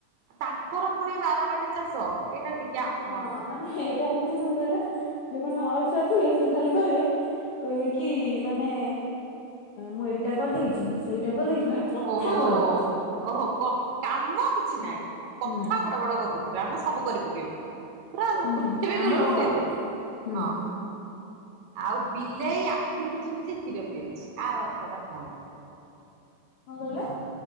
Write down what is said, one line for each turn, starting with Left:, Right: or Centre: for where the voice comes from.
Right: ତାଙ୍କର ପୁଣି ବାରବାଟୀ ଚାଷ ଏଇଟା ଟିକେ ଆପଣ
Left: ହଁ
Right: ବୁଝନ୍ତୁ।
Left: ମାନେ ଏଇଟା ହୋଉଛି କଣ କହିଲ ଯୋଉମାନେ ଅଳସୁଆ ଥିବେ ସେ ଖାଲି କହିବେ କହିବେ କି ମାନେ ମୁଁ ଏଇଟା କରିଦେଇଛି ମୁଁ ସେଇଟା କରିଦେଇଛି। ମାନେ କଥା
Right: ଓହୋ
Left: ବଡ ବଡ
Right: ଓହୋ କାମ କିଛି ନାହିଁ କଥା
Left: ନା
Right: ବଡ ବଡ। ଯା ଆମେ ସବୁ କରିପକେଇବୁ। ପୁରା
Left: ହୁଁ
Right: ପୃଥିବୀକୁ
Left: ଆମର
Right: ଲଉଟେଇ
Left: ସ-
Right: ଦେବୁ
Left: ହୁଁ
Right: ହଁ। ଆଉ ବିଲେଇ ଆଖି ବୁଜି ବୁଜି କ୍ଷୀର ପିଉଛି ଆର ଅର୍ଥଟା କଣ।
Left: କଣ କହିଲେ?